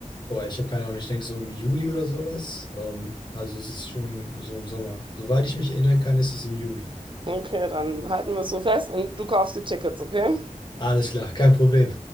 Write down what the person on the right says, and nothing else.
Okay, dann halten wir es so fest und du kaufst die Tickets, okay?